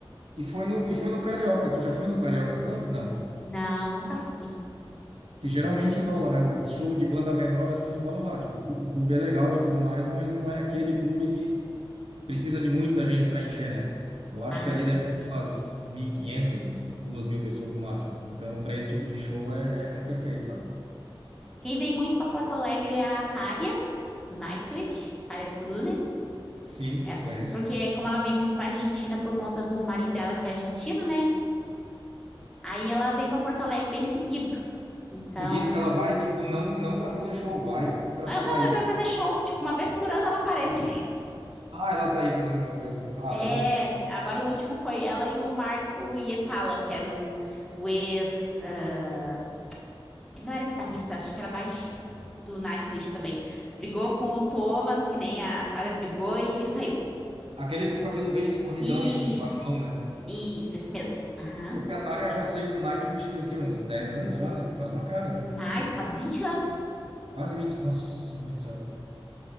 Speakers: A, on the right; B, in the centre.
A: E foi no, e foi no Carioca. Tu já foi no Carioca Club? Não.
B: Não, nunca fui.
A: Que geralmente rola, né? O, o show de banda menor assim rola lá. Tipo, o clu- o clube é legal e tudo mais, mas não é aquele clube que precisa de muita gente para encher, né? Eu acho
B: Ah,
A: que ali
B: entendi.
A: deve ter umas mil e quinhentas duas mil pessoas no máximo. Então, para esse tipo de show é, é, é perfeito, sabe?
B: Quem vem muito para Porto Alegre é a Tária, do Nightwish, Tária Turunen.
A: Sim,
B: É,
A: conheço.
B: porque como ela vem muito para Argentina por conta do marido dela que é argentino, né? Aí ela vem para Porto Alegre bem seguido. Então,
A: Tu disse que ela vai, tipo, não, não para fazer show, vai para
B: ah,
A: ficar
B: não,
A: aí.
B: é para fazer show, tipo, uma vez por ano ela aparece
A: Ah, ela tá aí fazendo alguma coisa. Ah,
B: É,
A: legal.
B: agora o último foi ela e o Marco Hietala, que era o, o ex. ah, ele não era guitarrista, acho que era baixista do Nightwish também. Brigou com o Thomas, que nem a Thalia brigou, e saiu.
A: Aquele com o cabelo bem escorridão
B: Isso,
A: e com um barbão, né?
B: isso, esse mesmo. Aham.
A: Porque a Tária já saiu do Nightwish tem o quê? Uns 10 anos já, né? Faz uma cara, né?
B: Mais quase vinte anos.
A: Quase vinte Nossa, mãe do céu.